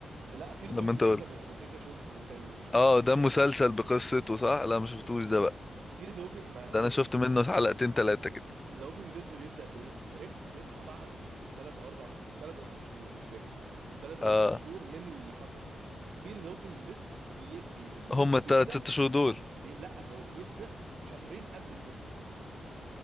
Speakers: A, on the right; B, on the left.
A: لا في ذا
B: لما
A: ووكينج
B: انت
A: ديد
B: قلت
A: انا أنا كده كده شفته انت انت شفتش
B: اه
A: في ذا
B: ده
A: ووكينج
B: مسلسل
A: ديد
B: بقصته صح لا ما شفتوش ده بقى
A: في ذا ووكينج ما
B: ده
A: بص
B: انا شفت منه حلقتين تلاتة كده
A: ذا ووكينج ديد بيبدا بايه ريك بيصحى بعد 3 او 4 3 او 6 شهور مش فاكر 3
B: اه
A: او 6 شهور من اللي حصل في ذا ووكينج ديد بي... بي... المسلسل
B: هما التلات
A: بيبدا
B: ست شهور دول
A: بي... لا هو بيبدا شهرين قبل الزومبي